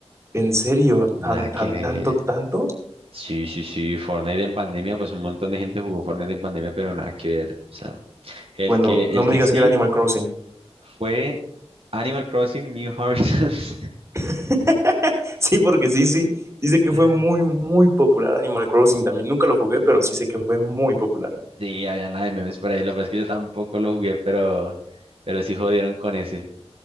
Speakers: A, on the right (about 25°); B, on the right (about 60°).
A: ¿En serio?
B: Nada
A: ¿Tan, tan,
B: que ver.
A: tanto, tanto?
B: Sí, sí, sí, Fortnite en pandemia, pues un montón de gente jugó Fortnite en pandemia, pero nada que ver. O sea, el
A: Bueno,
B: que,
A: no
B: el
A: me
B: que
A: digas
B: sí
A: que era Animal Crossing.
B: fue Animal Crossing New Horizons.
A: <laughs> Sí, porque sí, sí, sí sé que
B: <laughs>
A: fue muy, muy popular Animal Crossing también. Nunca lo jugué, pero sí sé que fue muy popular.
B: Sí, había la de memes por ahí, lo que pasa es que yo tampoco lo jugué, pero, pero sí jodieron con ese.